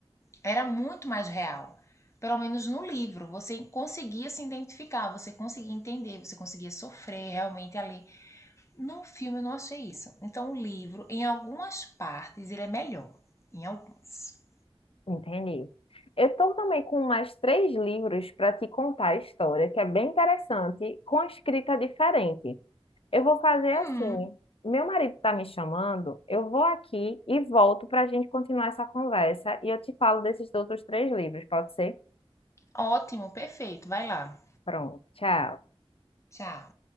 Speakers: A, on the left; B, on the left.
A: era muito mais real. Pelo menos no livro, você conseguia se identificar, você conseguia entender, você conseguia sofrer realmente ali. No filme eu não achei isso. Então o livro, em algumas partes, ele é melhor. Em algumas.
B: Entendi. Eu estou também com mais três livros para te contar a história, que é bem interessante, com escrita diferente. Eu vou fazer
A: Hum,
B: assim. Meu marido está me chamando, eu vou aqui e volto para a gente continuar essa conversa e eu te falo desses outros três livros, pode ser?
A: ótimo, perfeito. Vai lá.
B: Pronto, tchau.
A: Tchau.